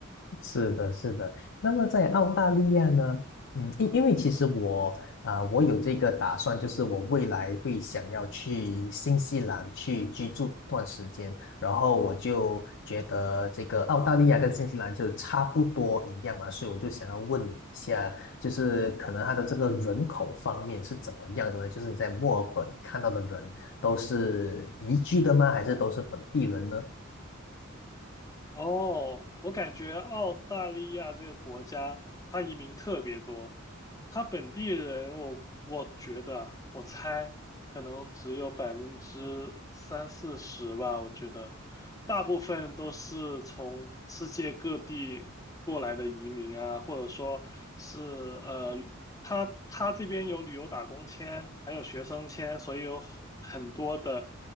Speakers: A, on the left; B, on the left.
A: 是的，是的。那么在澳大利亚呢，嗯，因因为其实我啊、我有这个打算，就是我未来会想要去新西兰去居住一段时间，然后我就觉得这个澳大利亚跟新西兰就差不多一样嘛，所以我就想要问你一下，就是可能它的这个人口方面是怎么样的呢？就是你在墨尔本你看到的人都是移居的吗？还是都是本地人呢？
B: 哦，我感觉澳大利亚这个国家，它移民特别多，他本地人我，我觉得啊我猜可能只有百分之三四十吧。我觉得大部分都是从世界各地过来的移民啊，或者说是呃，他他这边有旅游打工签，还有学生签，所以有很很多的